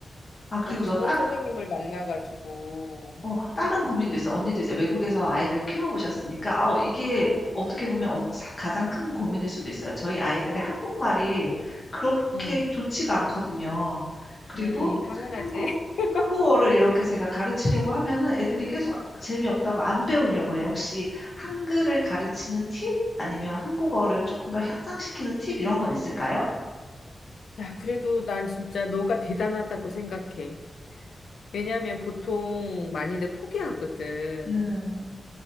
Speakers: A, on the left; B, on the left.
A: 아, 그리고
B: 너무
A: 저
B: 좋은
A: 따,
B: 선생님을 만나가지고.
A: 어, 다른 고민도 있어요. 언니도 이제 외국에서 아이를 키워보셨으니까, 어, 이게 어떻게 보면 어, 자- 가장 큰 고민일 수도 있어요. 저희 아이들의 한국말이 그렇게
B: 음.
A: 좋지가 않거든요. 그리고
B: 음, 당연하지.
A: 한국,
B: <laughs>
A: 한국어를 이렇게 제가 가르치려고 하면은 애들이 계속 재미없다고 안 배우려고 해요. 혹시 한글을 가르치는 팁? 아니면 한국어를 조금 더 향상시키는 팁? 이런 건 있을까요?
B: 야, 그래도 난 진짜 너가 대단하다고 생각해. 왜냐면 보통 많이들 포기하거든.
A: 네.